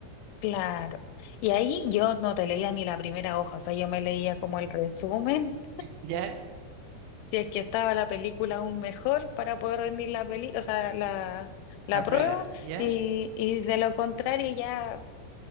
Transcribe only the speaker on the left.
claro. Y ahí yo no te leía ni la primera hoja, o sea, yo me leía como el resumen
si es que estaba la película aún mejor para poder rendir la peli, o sea, la, la
prueba,
y, y de lo contrario ya